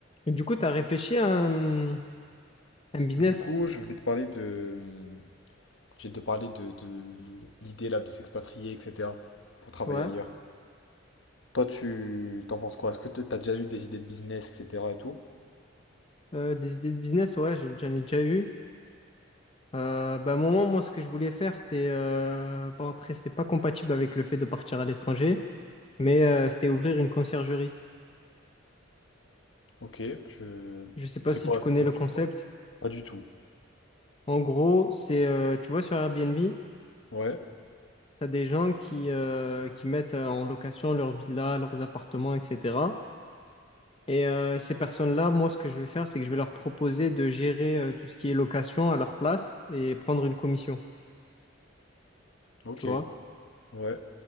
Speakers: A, on the left (about 25°); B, on the left (about 65°).
A: Et du coup, tu as réfléchi à un, un business,
B: Du coup, je voulais te parler de, je voulais te parler de, de le- l'idée là de s'expatrier, etc. pour travailler
A: ouais,
B: ailleurs. Toi, tu t'en penses quoi? Est-ce que t- t'as déjà eu des idées de business, etc. et tout?
A: euh, des idées de business, ouais, j'ai- j'en ai déjà eu. Euh, bah, à un moment, moi, ce que je voulais faire, c'était, euh, bon, après, c'était pas compatible avec le fait de partir à l'étranger, mais euh, c'était ouvrir une conciergerie.
B: Ok, je,
A: Je sais pas
B: c'est
A: si
B: quoi?
A: tu connais
B: Non,
A: le concept.
B: je sais pas. Pas du tout.
A: En gros, c'est, euh, tu vois, sur Airbnb, tu
B: Ouais.
A: as des gens qui, euh, qui mettent euh, en location leurs villas, leurs appartements, etc. Et euh, ces personnes-là, moi, ce que je vais faire, c'est que je vais leur proposer de gérer euh, tout ce qui est location à leur place et prendre une commission,
B: Ok.
A: tu vois.
B: Ouais.